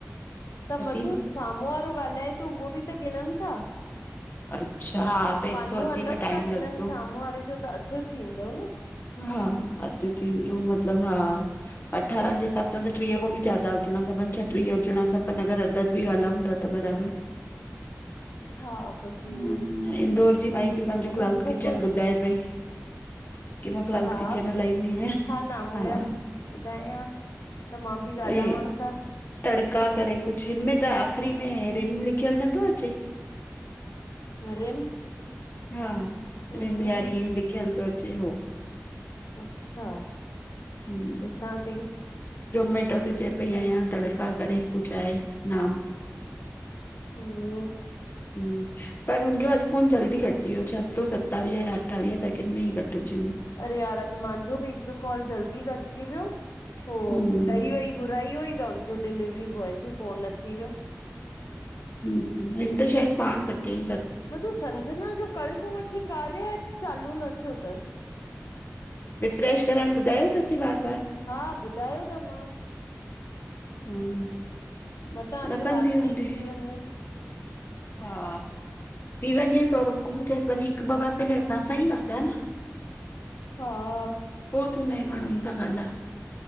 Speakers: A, on the left; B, on the left.
A: त
B: अती
A: मधु,
B: न
A: साम्हूं वारो ॻाल्हाए पियो उहो बि त ॻिणन था।
B: अच्छा हा त हिकु
A: पंहिंजो
B: सौ असी
A: अलॻि
B: में टाइम
A: त
B: लॻंदो
A: ॻिणनि, साम्हूं वारे जो त अधु थींदो न।
B: हा अधु थींदो, मतलबु हा। अठारनि जे हिसाब सां त टीह खां बि ज्यादा हुजणा खपनि छ टीह हुजण खपनि अगरि अधु-अधु बि ॻाल्हायूं था त बराबर
A: हा बसि उहो
B: हुं
A: ई
B: इंदौर जी माई बि पंहिंजो क्लाऊड
A: हुन खां
B: किचन
A: पोइ
B: ॿुधाए पई। की मां क्लाउड
A: हा
B: किचन हलाईंदी आहियां
A: छा नाम
B: हा
A: हुयसि ॿुधायां? त मां बि ॻाल्हायांसि
B: ऐं
A: हां।
B: तड़का करे कुझु, हिन में त आख़िरी में रिम लिखियलु नथो अचे?
A: रिम
B: हा,
A: हम
B: रिम या रिन लिख्यलु थो अचे हो।
A: अच्छा
B: हम्
A: ॾीसां थी।
B: जोमेटो ते चए पई आहियां तड़का करे कुछू आहे नाम।
A: <inaudible>
B: <inaudible> पर हुनजो अॼु फोन जल्दी कटिजी वियो छह सौ सतावीह या अठावीह सेकेंड में ई कटिजी वियो।
A: अरे यार अॼ मुंहिंजो बि हिक कॉल जल्दी कटजी वियो। हो
B: हम्म
A: ॾही वई घुराई हुई त हुनजो डिलेवरी बॉय जो फोन अची वियो।
B: हमं हिन त शायद पाण कटयेई।
A: मधु संजना जो कल्ह को वठी कार्य आप चालू न थियो अथसि।
B: रिफ्रेश करण ॿुधायो तथसीं बार -बार?
A: हा, ॿुधायो त मांस।
B: हम्म-
A: मतां अॼ
B: न कंदी
A: रात
B: हूंदी
A: ताईं थी वञेस।
B: हा। थी वञेस और हुन खां पु चइस भली हिकु ॿ बार पहल असां सां ई ॻाल्हि आहे न।
A: हा।
B: पो तूं नये माणुन सां गाल्ह।